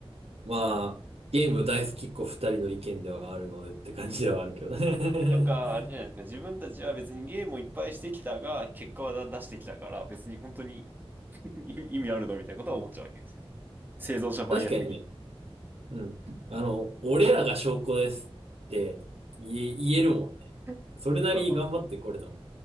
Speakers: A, on the right (about 75°); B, on the right (about 20°).
A: まあ、ゲーム大好きっ子二人の意見ではあるのでって感じではあるけどね。
B: とか、あれじゃないですか。
A: <laughs>
B: 自分たちは別にゲームをいっぱいしてきたが、結果は出してきたから、別に本当に <laughs> 意味あるのみたいなことは思っちゃうわけですよね。
A: うん
B: 生存者バイアス的
A: 確かにね。うん。あの、俺らが証拠ですって言え、言えるもんね。
B: な。<laughs>
A: それなりに頑張ってこれたもん。
B: とか、